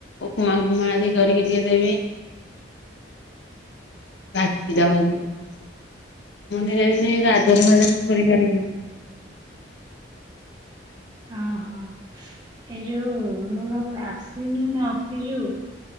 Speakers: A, on the left; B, on the right.
A: ଉପମା ଫୁପମା ଆଦି କରିକି ଟିକେ ଦେବି। <inaudible> ମୁଁ ଦିନେ ଦିନେ ଗା <inaudible> ଜର ମଜରେ କରିପାରିବି
B: ଓହୋ ଏଇ ଯୋଉ ମୁଁ ଭାବରେ ଆସିନୁ ନା ଆସି ଯୋଉ <inaudible>